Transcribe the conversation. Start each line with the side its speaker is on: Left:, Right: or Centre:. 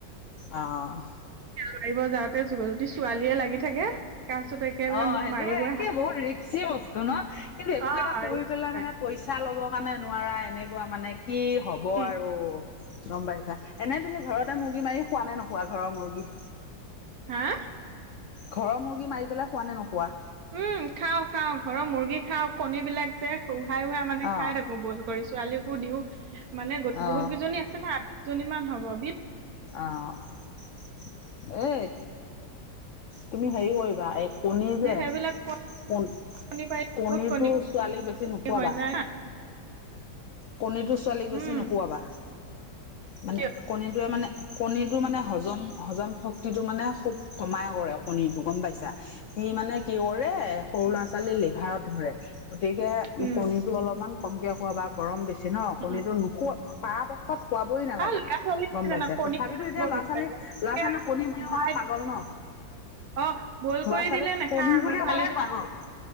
Left: অ',
Right: মাৰিব যাওঁতে যদি ছোৱালীয়ে লাগি থাকে? তাৰপিছত একেবাৰে
Left: অ'
Right: মোক
Left: সেইটো
Right: মাৰিবই
Left: একে মোৰ ৰিক যি বস্তু ন' কিন্তু একো
Right: অ
Left: এটা কৰি
Right: ৰিস্ক
Left: পেলাই
Right: নাই।
Left: মানে পইচা লবৰ কাৰণে নোৱাৰা এনেকুৱা মানে কি হ'ব
Right: উম
Left: আৰু? গম পাইছা? এনে তুমি ঘৰতে মুৰ্গী মাৰি খোৱা নে নোখোৱা ঘৰৰ মুৰ্গী?
Right: হা,
Left: ঘৰৰ মুৰ্গী মাৰি পেলাই খোৱা নে নোখোৱা?
Right: উম, খাও-খাওঁ ঘৰৰ মুৰ্গী খাও কণী বিলাক যে উহাই উহাই মানে
Left: অ
Right: খাই থাকো বইল কৰি ছোৱালীকো দিও মানে গ'ত
Left: অ
Right: বহুত কেইজনী আছে ন' আঠজনী মান হ'ব বি
Left: অ' এ, তুমি হেৰি কৰিবা এক কণী
Right: মানে
Left: যে
Right: সেইবিলাক
Left: কন
Right: কণী পাৰি
Left: কণীটো
Right: বহুত কণী
Left: ছোৱালীক বেছি নোখোৱাবা।
Right: হৈ যায় না
Left: কণীটো ছোৱালীক
Right: উম
Left: বেছি নোখোৱাবা, মানে
Right: কিয়
Left: কণী য়ে মানে কণী টো মানে হজম হজম শক্তি টো মানে খুব কমাই কৰে কণী টো গম পাইছে? সি মানে কি কৰে সৰু ল'ৰা ছোৱালী লিভাৰত ধৰে। গতিকে
Right: উম
Left: কণীটো অলপমান কমকে খুৱবা গৰম বেছি ন' কণীতটো
Right: উম
Left: নোখোৱা পাৰ প ক্ষত খোৱাবই নালাগে
Right: আৰু ল'ৰা ছোৱালী কি
Left: গম
Right: জানা,
Left: পাইছা
Right: কণী
Left: তথাবিতো
Right: খাব
Left: এতিয়া ল'ৰা
Right: বিচাৰে
Left: ছোৱালী
Right: এতিয়া
Left: লৰা ছোৱালী কণী বুলি
Right: ভাই
Left: ক'লে পাগল ন'।
Right: অ বইল
Left: ল'ৰা
Right: কৰি
Left: -ছোৱালীক
Right: দিলে নাখায়
Left: কণী
Right: মোৰ
Left: বুলি
Right: ছোৱালীজনী
Left: ক'লেই পাগল।